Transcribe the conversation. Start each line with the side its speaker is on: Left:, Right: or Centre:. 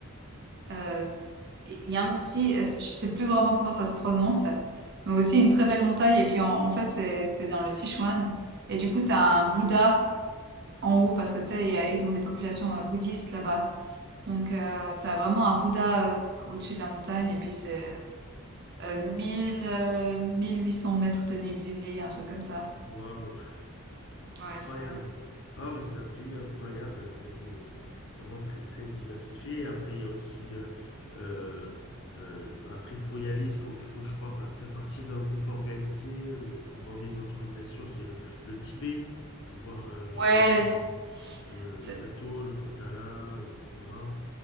Right: euh, Et Il y a un petit, euh, je sais plus vraiment comment ça se prononce, mais aussi une très belle montagne. Et puis en, en fait, c'est c'est dans le Sichuan. Et du coup, tu as un Bouddha en haut parce que tu sais, il y a- ils ont des populations euh, bouddhistes là-bas. Donc, tu as vraiment un Bouddha euh, au-dessus de la montagne. Et puis, c'est euh, mille euh, 1800 mètres de dénivelé, un truc comme ça.
Left: Waouh!
Right: Ouais,
Left: Incroyable.
Right: c'est vrai.
Left: Ah, mais c'est un pays incroyable euh, avec des vraiment très très diversifié Après, il y a aussi euh, euh, euh, bah, après pour y aller, il faut il faut je crois pas faire partie d'un groupe organisé où il faut demander une autorisation. C'est le le Tibet pour voir euh, justement
Right: Ouais,
Left: euh, le,
Right: c'est-
Left: le plateau, le Potala, etc.